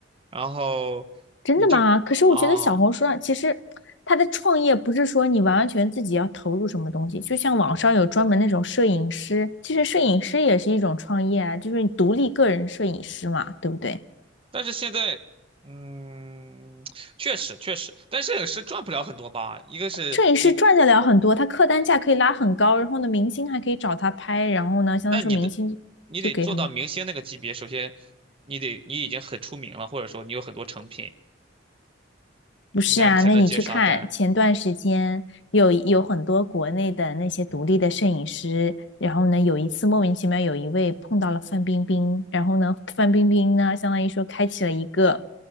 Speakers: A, on the right; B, on the left.
A: 然后你就啊，
B: 真的吗？可是我觉得小红书上其实它的创业不是说你完完全自己要投入什么东西，就像网上有专门那种摄影师，其实摄影师也是一种创业啊，就是你独立个人摄影师嘛，对不对？
A: 但是现在，嗯，确实确实，但摄影师赚不了很多吧？一个是你，
B: 摄影师赚得了很多，他客单价可以拉很高，然后呢，明星还可以找他拍，然后呢，相当于说明星就给很
A: 那你的你得做到明星那个级别，首先你得你已经很出名了，或者说你有很多成品，
B: 不是啊，
A: 然后你才能接商单。
B: 那你去看前段时间有有很多国内的那些独立的摄影师，然后呢，有一次莫名其妙有一位碰到了范冰冰，然后呢，范冰冰呢，相当于说开启了一个